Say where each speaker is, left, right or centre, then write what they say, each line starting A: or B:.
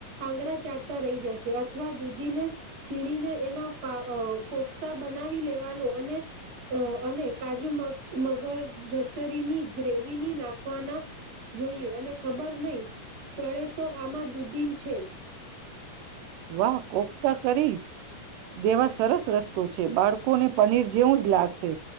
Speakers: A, on the right; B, on the right.
A: આંગડા ચાટતા રહી જશે અથવા દૂધીને છીણીને એના કો તો બનાવી લેવાનો અને અને કાજુ મ મગરજતરીની ગ્રેવીની નાખવાના જોઈએ અને ખબર નહી તણે તો આમાં દુધીન છે
B: વાહ! કોપતા કરી દેવા સરસ રસ્તા છે, બાળકોને પનીર જેવું જ લાગશે